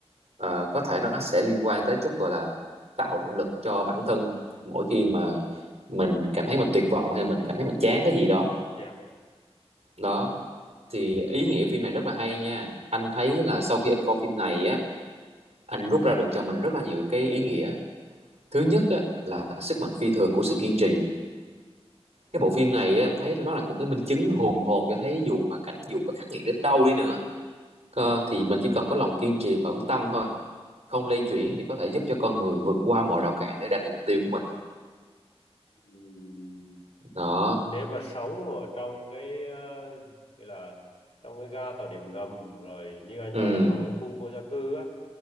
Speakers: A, on the right; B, on the left.
A: Ờ, có thể nó sẽ liên quan tới chút gọi là tạo động lực cho bản thân mỗi khi mà mình cảm thấy mình tuyệt vọng hay mình cảm thấy mình chán cái gì đó
B: dạ
A: đó thì ý nghĩa phim này rất là hay nha anh thấy là sau khi anh coi phim này á anh rút ra được cho mình rất là nhiều cái ý nghĩa thứ nhất á, là sức mạnh phi thường của sự kiên trì cái bộ phim này á, anh thấy nó là một cái minh chứng hùng hồn cho thấy dù hoàn cảnh dù có khắc nghiệt đến đâu đi nữa Ờ, thì mình chỉ cần có lòng kiên trì và quyết tâm thôi không lay chuyển thì có thể giúp cho con người vượt qua mọi rào cản để đạt được mục tiêu của mình
B: Ừm,
A: đó
B: nếu mà sống ở trong cái ờ, gọi là trong cái ga tàu điện ngầm rồi như anh
A: ừ
B: nói là trong ở khu vô gia cư á